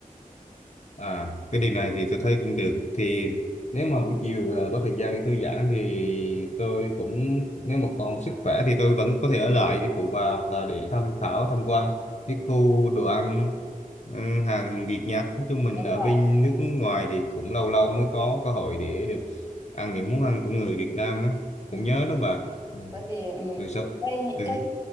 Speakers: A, on the left; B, on the right.
A: À, cái điều này thì tôi thấy cũng được. Thì
B: Ừ.
A: nếu mà buổi chiều à, có thời gian để thư giãn thì tôi cũng nếu mà còn sức khỏe thì tôi vẫn có thể ở lại để phụ bà
B: Ừ.
A: hoặc là để tham khảo tham quan cái
B: ừ,
A: khu
B: ừ.
A: đồ ăn ừ, hàng Việt Nhật. Nói chung mình
B: Đúng
A: ở
B: rồi.
A: bên nước ngoài thì cũng lâu lâu mới có cơ hội để được ăn những món ăn của người Việt Nam á.
B: Ừ.
A: Cũng nhớ đó bà. Ừ.
B: bởi vì ừ,
A: Rồi sao?
B: cái
A: Ừ.
B: cái